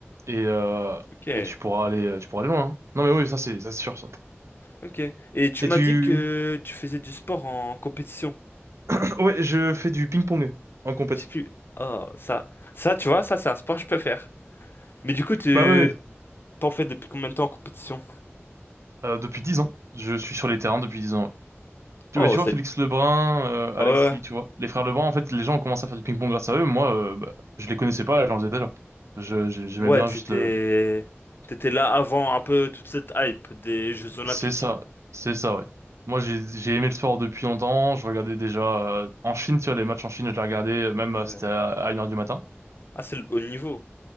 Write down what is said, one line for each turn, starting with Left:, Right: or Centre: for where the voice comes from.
Right: et, euh,
Left: Ok,
Right: et tu pourras aller, euh, tu pourras aller loin. hein. Non mais oui, ça c'est, ça c'est sûr ça.
Left: ok. Et tu
Right: Et
Left: m'as
Right: tu,
Left: dit que tu faisais du sport en compétition.
Right: <clears throat> ouais, je fais du ping-pong en compète.
Left: Je sais plus. Oh, ça. Ça, tu vois, ça, c'est un sport que je peux faire. Mais du coup, tu
Right: Bah oui, oui.
Left: t'en fais depuis combien de temps en compétition?
Right: Euh, depuis 10 ans, je suis sur les terrains depuis 10 ans. Tu
Left: Oh,
Right: bah, tu vois,
Left: c'est...
Right: Félix Lebrun, euh,
Left: Ouais.
Right: Alexis, tu vois, les frères Lebrun, en fait, les gens ont commencé à faire du ping-pong grâce à eux. Moi, euh, bah, je les connaissais pas, j'en faisais déjà. Je, je- j'aimais
Left: Ouais,
Right: bien
Left: t'étais
Right: juste le.
Left: t'étais là avant un peu toute cette hype des Jeux Olympiques.
Right: C'est ça, c'est ça, ouais. Moi, j'ai, j'ai aimé le sport depuis longtemps. Je regardais déjà euh, en Chine, tu vois, les matchs en Chine, je les regardais, euh, même euh,
Left: Ouais.
Right: c'était à, à 1h du matin.
Left: Ah, c'est le haut niveau.